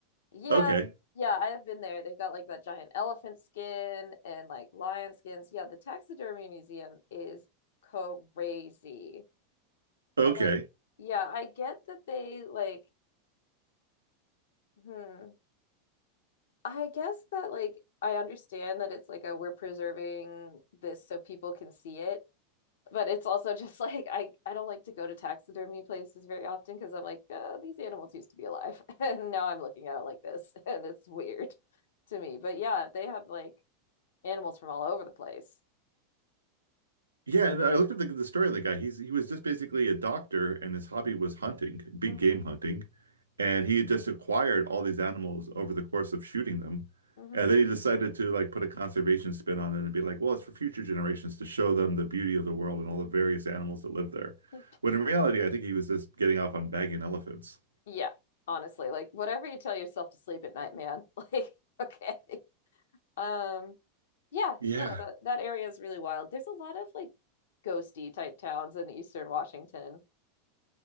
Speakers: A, on the left; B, on the right.
A: Yeah.
B: Okay.
A: Yeah, I have been there. They've got like that giant elephant skin and like lion skins. Yeah, the taxidermy museum is crazy.
B: Okay.
A: I'm like, yeah, I get that they like, hmm. I guess that like I understand that it's like a we're preserving this so people can see it, but it's also just <laughs> like I I don't like to go to taxidermy places very often because I'm like uh, these animals used to be alive <laughs> and now I'm looking at it like this <laughs> and it's weird to me. But yeah, they have like animals from all over the place.
B: Yeah, and I looked at the, the story of the guy. He's he was just basically a doctor, and his hobby was hunting, big
A: hmm
B: game hunting, and he had just acquired all these animals over the course of shooting them,
A: hmm
B: and then he decided to like put a conservation spin on it and be like, well, it's for future generations to show them the beauty of the world and all the various animals that live there.
A: <laughs>
B: When in reality, I think he was just getting off on bagging elephants.
A: Yeah, honestly, like whatever you tell yourself to sleep at night, man. <laughs> Like okay. Um yeah,
B: Yeah,
A: no, that that area is really wild. There's a lot of like ghosty type towns in Eastern Washington.